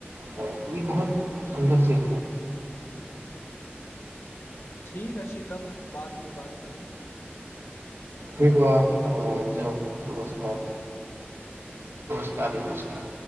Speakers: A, on the right; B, on the left.
A: तऽ ई बहुत सुन्दर से
B: ठीक अछि तब बादमे बात करू
A: ठीक बा जाउ नमस्कार सर नमस्कार